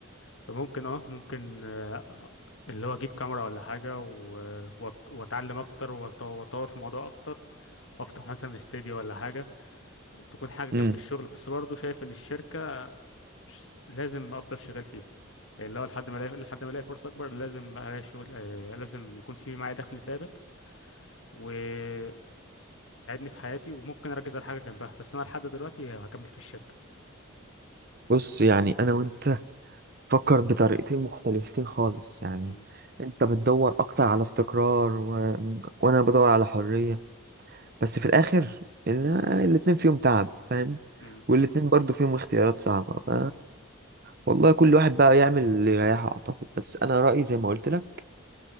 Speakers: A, on the left (about 65°); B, on the right (about 45°).
A: فممكن أه ممكن آه، اللي هو أجيب كاميرا ولا حاجة و- وأت- وأتعلم أكتر وأط- وأطور في الموضوع أكتر افتح مثلا استوديو ولا حاجه تكون حاجه جنب
B: امم
A: الشغل بس برضه شايف ان الشركه مش لازم افضل شغال فيها اللي هو لحد ما الاقي لحد ما الاقي فرصه اكبر لازم الاقي شغل آه، لازم يكون في معايا دخل ثابت ويساعدني في حياتي وممكن اركز على حاجه جنبها بس انا لحد دلوقتي هكمل في الشركه
B: بص يعني انا وانت فكر بطريقتين مختلفتين خالص يعني
A: مم،
B: انت بتدور اكتر على استقرار و... وانا بدور على حرية بس في الاخر ال- الاتنين فيهم تعب فاهم
A: مم،
B: والاتنين برضو فيهم اختيارات صعبة ف... والله كل واحد بقى يعمل اللي يريحه اعتقد بس انا رأيي زي ما قلت لك